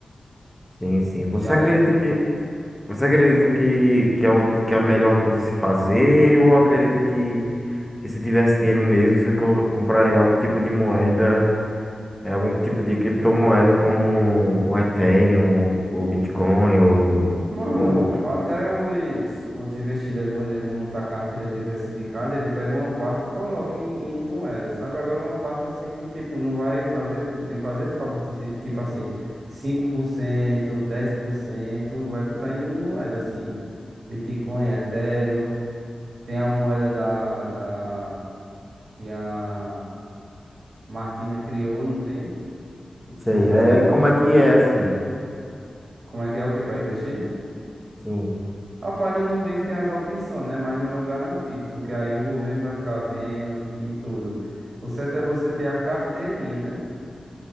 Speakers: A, in the centre; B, on the right (about 60°).
A: sim, sim. Você
B: E aí
A: acredita que você acredita que, que, é o, que é a melhor coisa a se fazer ou acredita que, que se tivesse dinheiro mesmo, você co- compraria algum tipo de moeda, eh, algum tipo de criptomoeda como o Ethereum, o Bitcoin ou,
B: Mano,
A: ou outro?
B: até os, os investidores, quando eles vão montar carteira diversificada, eles pegam uma parte e colocam em, em moeda, sabe? Agora uma parte assim que, tipo, não vai fazer, lhe fazer falta, ti- ti- tipo assim, cinco por cento dez por cento, vai botar em moeda, assim, Bitcoin, Ethereum, tem a moeda da, da, que a Martina criou, não tem? Não
A: Sei.
B: sei se você
A: Aí aí
B: viu.
A: como é que é assim?
B: Como é que é o que para investir?
A: Sim.
B: Rapaz, no Nubank tem as opções, né? Mas não é o garantido, porque aí o governo vai ficar vendo e tudo. O certo é você ter a carteirinha, né?